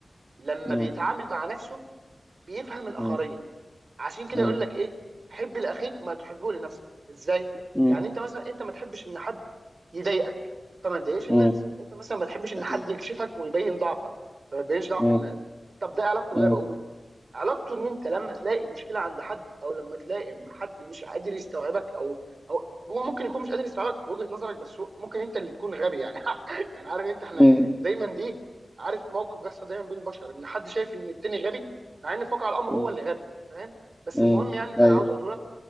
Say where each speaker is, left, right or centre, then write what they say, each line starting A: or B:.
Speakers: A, on the right; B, in the centre.
A: لما
B: مم.
A: بيتعامل مع نفسه بيفهم الاخرين
B: مم.
A: عشان كده
B: مم.
A: يقول لك ايه حب لاخيك ما تحبه لنفسك ازاي
B: مم.
A: يعني انت مثلا انت ما تحبش ان حد يضايقك فما تضايقش الناس
B: مم.
A: انت مثلا ما تحبش ان
B: اكيد
A: حد يكشفك ويبين ضعفك فما تبينش ضعف
B: مم.
A: الناس طب ده إيه علاقته
B: مم.
A: باللي أنا بقوله علاقته ان انت لما تلاقي مشكله عند حد او لما تلاقي حد مش قادر يستوعبك او او هو ممكن يكون مش قادر يستوعبك في وجهه نظرك بس هو- ممكن انت اللي تكون غبي يعني <laughs> يعني عارف انت احنا
B: مم.
A: دايما دي عارف موقف بيحصل دايما بين البشر ان حد شايف ان التاني غبي مع ان في واقع الامر
B: مم.
A: هو اللي غبي فاهم بس
B: مم.
A: المهم يعني اللي
B: ايوه
A: انا عاوز اقوله لك